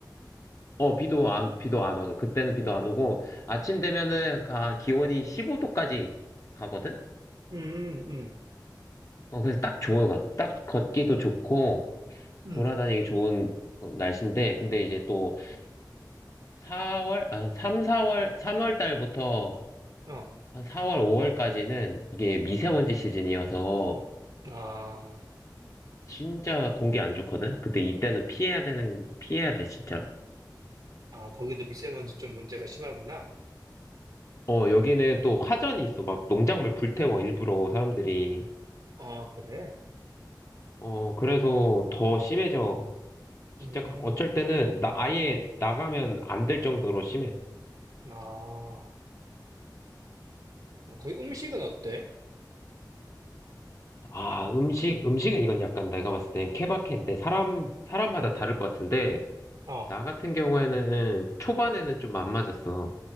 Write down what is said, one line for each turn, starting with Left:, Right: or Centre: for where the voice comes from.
Left: 어, 비도 안, 비도 안 와. 그때는 비도 안 오고, 아침 되면은 가- 기온이 15도까지 가거든?
Right: 음, 음,
Left: 어, 그래서 딱 좋은 거. 같아. 딱 걷기도 좋고,
Right: 음,
Left: 돌아다니기 좋은 어, 날씨인데, 근데 이제 또 4월, 아, 3, 4월, 3월 달부터
Right: 어,
Left: 한 4월, 5월까지는 이게 미세먼지 시즌이어서,
Right: 아,
Left: 진짜 공기 안 좋거든? 그때 이때는 피해야 되는, 피해야 돼, 진짜로.
Right: 아, 거기도 미세먼지 좀 문제가 심하구나.
Left: 어, 여기는 또 화전이 있어. 막 농작물 불태워, 일부러 사람들이.
Right: 아, 그래?
Left: 어, 그래서 더 심해져. 진짜
Right: 음,
Left: 그 어쩔 때는 나 아예
Right: 음,
Left: 나가면 안 될 정도로 심해.
Right: 아, 그렇구나. 거기 음식은 어때?
Left: 아, 음식, 음식은 이건 약간 내가 봤을 땐 케바케인데 사람, 사람마다 다를 것 같은데
Right: 어,
Left: 나 같은 경우에는 초반에는 좀 안 맞았어.